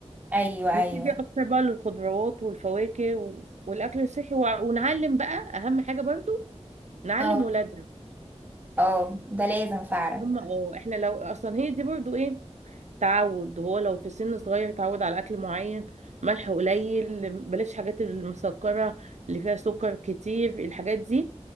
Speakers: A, on the right; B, on the right.
A: ايوه
B: نتجه
A: ايوه
B: اكتر بقى للخضروات والفواكه و- والاكل الصحي وع- ونعلم بقى اهم حاجه برضو نعلم
A: اه
B: ولادنا
A: اه ده لازم فعلا
B: هم اه احنا لو اصلا هي دي برضو ايه تعود هو لو في سن صغير تعود على اكل معين ملح قليل بلاش حاجات المسكره اللي فيها سكر كتير الحاجات دي